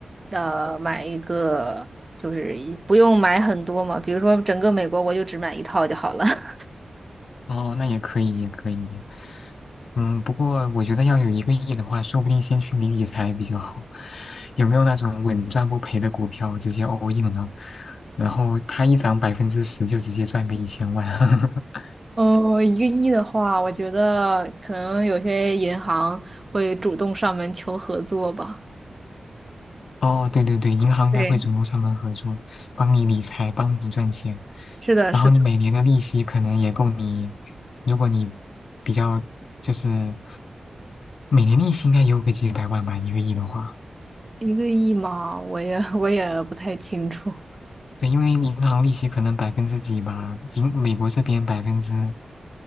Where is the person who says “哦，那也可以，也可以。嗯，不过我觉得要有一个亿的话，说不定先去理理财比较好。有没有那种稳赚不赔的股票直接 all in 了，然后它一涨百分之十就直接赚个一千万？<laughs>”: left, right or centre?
Left